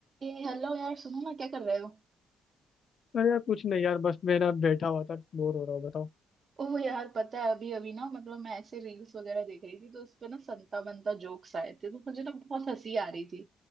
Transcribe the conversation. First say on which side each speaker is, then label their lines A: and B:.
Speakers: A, on the right; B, on the left.
A: ए hello यार सुनो ना क्या कर रहे हो
B: अरे यार कुछ नहीं यार बस मैं ना बैठा हुआ था बोर हो रहा हूँ बताओ
A: ओह यार पता है अभी अभी ना मतलब मैं ऐसे रील्स वगैरह देख रही थी तो उस पे ना संता बंता जोक्स आए थे तो मुझे ना बहुत हंसी आ रही थी